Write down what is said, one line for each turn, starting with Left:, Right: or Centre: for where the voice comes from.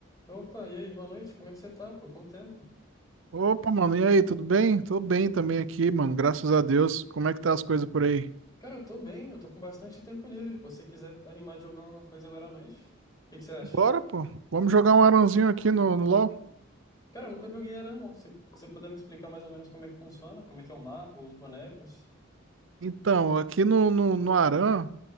Left: Opa, e aí, boa noite, como é que você tá, pô? Quanto tempo?
Right: Opa, mano, e aí, tudo bem? Tô bem também aqui, mano, graças a Deus. Como é que tá as coisas por aí?
Left: Cara, eu tô bem, eu tô com bastante tempo livre, pô. Se você quiser animar de jogar alguma coisa agora à noite, o que que você acha?
Right: Bora, pô. Vamos jogar um arãozinho aqui no, no LoL?
Left: Cara, eu nunca joguei Aran, não. Se você puder me explicar mais ou menos como é que funciona, como é que é o mapa, os bonecos.
Right: Então, aqui no, no, no Arã,